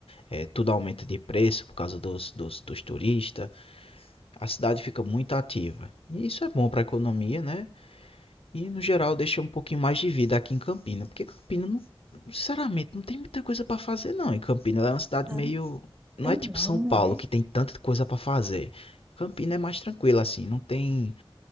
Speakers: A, on the left; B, on the right.
A: é, tudo aumenta de preço por causa dos, dos, dos turistas. A cidade fica muito ativa. E isso é bom pra economia, né? E, no geral, deixa um pouquinho mais de vida aqui em Campina. Porque Campina, não, sinceramente, não tem muita coisa pra fazer, não. E Campina ela é uma cidade
B: Não,
A: meio. Não
B: tem
A: é tipo
B: não,
A: São
B: não
A: Paulo,
B: é?
A: que tem tanta coisa pra fazer. Campina é mais tranquila, assim. Não tem.